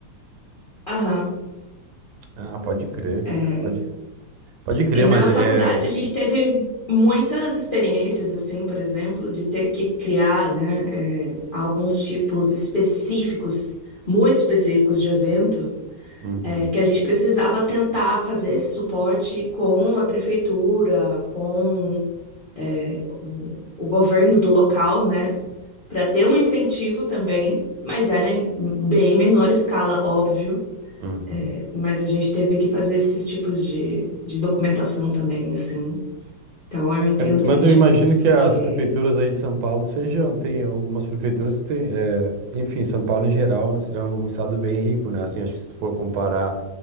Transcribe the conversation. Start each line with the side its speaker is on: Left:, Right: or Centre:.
Left: Aham.
Right: Ah, pode crer.
Left: é.
Right: Pode, pode crer,
Left: E na
Right: mas
Left: faculdade
Right: é.
Left: a gente teve muitas experiências, assim, por exemplo, de ter que criar, né, é, alguns tipos específicos, muito específicos de evento,
Right: Uhum,
Left: é, que a gente precisava tentar fazer esse suporte com a prefeitura, com, é, o o governo do local, né? para ter um incentivo também, mas era em bem menor escala, óbvio.
Right: uhum.
Left: É, mas a gente teve que fazer esses tipos de, de documentação também, assim. Então eu entendo
Right: É,
Left: o
Right: mas
Left: sentimento,
Right: eu imagino que
Left: porque.
Right: as prefeituras aí de São Paulo sejam, tem algumas prefeituras que tem, é, enfim, São Paulo em geral é um estado bem rico, né? Assim, acho que se for comparar